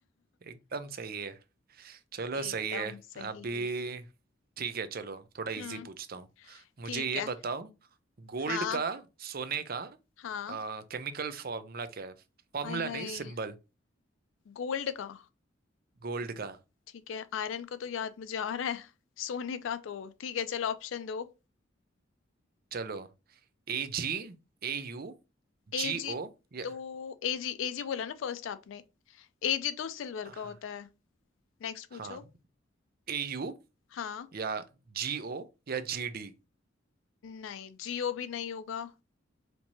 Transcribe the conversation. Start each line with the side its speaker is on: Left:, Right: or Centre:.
Right: एकदम सही है चलो
Left: एकदम
Right: सही है
Left: सही
Right: अभी ठीक है चलो थोड़ा इजी
Left: हम्म
Right: पूछता हूँ मुझे
Left: ठीक
Right: ये
Left: है
Right: बताओ गोल्ड
Left: हाँ
Right: का सोने का
Left: हाँ
Right: केमिकल फॉर्मूला क्या है फॉर्मूला
Left: हाय हाय
Right: नहीं सिंबल
Left: गोल्ड का
Right: गोल्ड का
Left: ठीक है आयरन का तो याद मुझे आ रहा है सोने का तो ठीक है चलो ऑप्शन दो
Right: चलो A G A U
Left: A
Right: G
Left: G
Right: O या
Left: तो ए जी ए जी बोला ना फर्स्ट आपने ए जी तो सिल्वर
Right: हाँ
Left: का होता है नेक्स्ट
Right: हाँ
Left: पूछो
Right: ए यू
Left: हाँ
Right: या जी ओ या जी डी
Left: नहीं जियो भी नहीं होगा